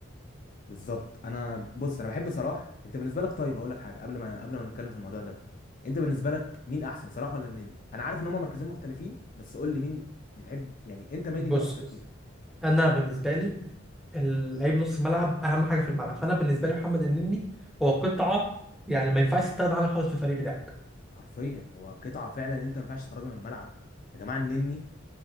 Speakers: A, on the left; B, in the centre.
A: بالظبط انا بص انا بحب صلاح انت بالنسبه لك طيب هقول لك حاجه قبل ما قبل ما نتكلم في الموضوع ده انت بالنسبه لك مين احسن صلاح ولا النني انا عارف ان هما مركزين مختلفين بس قول لي مين بتحب يعني انت مايل
B: بص
A: لمين اكتر فيهم
B: انا بالنسبه لي اللعيب نص الملعب اهم حاجه في الملعب فانا بالنسبه لي محمد النني هو قطعه يعني ما ينفعش تستغنى عنها خالص في الفريق بتاعك
A: حرفيا هو قطعه فعلا انت ما ينفعش تخرجها من الملعب يا جماعه النني